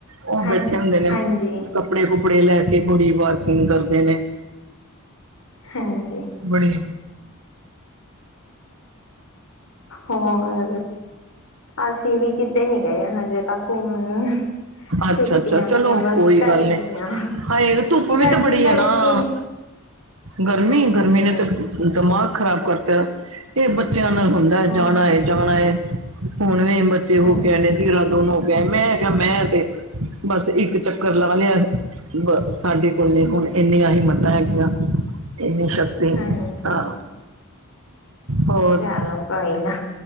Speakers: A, on the right (about 70°); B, on the left (about 75°).
A: ਓ
B: ਹਾਂ
A: ਬੈਠੇ ਹੁੰਦੇ ਨੇ
B: ਹਾਂਜੀ
A: ਕੱਪੜੇ-ਕੁਪੜੇ ਲੈ ਕੇ ਬੜੀ ਬਾਰਕਿੰਗ ਕਰਦੇ ਨੇ।
B: ਹਾਂਜੀ।
A: ਬੜੀ।
B: ਹੋਰ ਅਸੀਂ ਵੀ ਕਿਤੇ ਨੀ ਗਏ ਹਜੇ ਤੱਕ ਘੁੰਮਣ।
A: ਅੱਛਾ-ਅੱਛਾ,
B: ਛੁੱਟੀਆਂ
A: ਚਲੋ
B: 'ਚ ਬਸ
A: ਕੋਈ
B: ਘਰੇ
A: ਗੱਲ ਨੀ,
B: ਹੀ ਆ
A: ਹਜੇ ਧੁੱਪ ਵੀ
B: ਗਰਮੀ
A: ਤੇ ਬੜੀ
B: ਕਰਕੇ
A: ਆ ਨਾ। ਗਰਮੀ-ਗਰਮੀ
B: ਹਾਂਜੀ
A: ਨੇ ਤੇ ਦਿਮਾਗ ਖਰਾਬ ਕਰਤਾ ਏ ਬੱਚਿਆਂ ਨਾਲ ਹੁੰਦਾ ਹੈ
B: ਹਾਂ
A: ਜਾਣਾ ਏ। ਜਾਣਾ ਏ, ਹੁਣ ਵੀ ਬੱਚੇ ਹੋਕੇ
B: ਹਾਂਜੀ
A: ਆਏ ਨੇ ਦੇਹਰਾਦੂਨ ਹੋ ਕੇ ਆਏ ਮੈਂ ਕਿਹਾ ਮੈਂ ਤੇ ਬਸ ਇੱਕ ਚੱਕਰ ਲਾ ਲਿਆ। ਬਸ ਸਾਡੇ ਕੋਲ ਨੀ ਹੁਣ ਇੰਨੀਆਂ ਹੀਮਤਾਂ ਹੈਗੀਆਂ ਇੰਨੀ ਸ਼ਕਤੀ
B: ਹਾਂਜੀ।
A: ਹਾਂ ਹੋਰ
B: ਚਲੋ ਕੋਈ ਨਾ